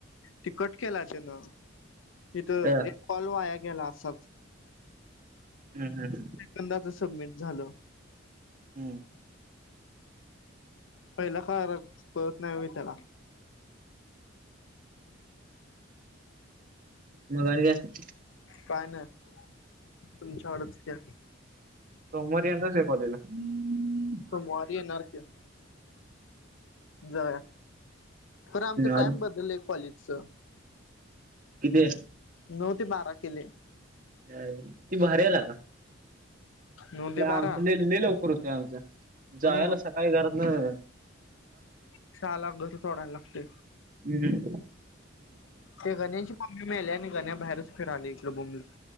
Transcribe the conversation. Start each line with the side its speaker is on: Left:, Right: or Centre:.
Left: ती कट केला त्यांनी इथ.
Right: अ
Left: कॉल वाया गेला असाल.
Right: हम हम हम.
Left: एकदाच सबमिट झालं.
Right: हम्म
Left: पहिला खार कळत नाही हुइ त्याला.
Right: मग आणि काय.
Left: काय नाही तुमच्याकडच क.
Right: सोमवारी येणार हाईस व्हय कॉलेजला. हम्म
Left: सोमवारी येणार की जावूया. खरं आमच
Right: आज
Left: टाइम बदलय कॉलेजच.
Right: किती हाय.
Left: नऊ ते बारा केलेय.
Right: हे भारी यायला का.
Left: नऊ ते बारा
Right: आमच लेले लवकर होते आमचं जायला
Left: हो
Right: सकाळी घरात.
Left: साला घर सोडायला लागतेय.
Right: हम्म
Left: ते गणेची मम्मी मेल्या आणि गण्या्या बाहेरच फिराले इकडे बोंबलत.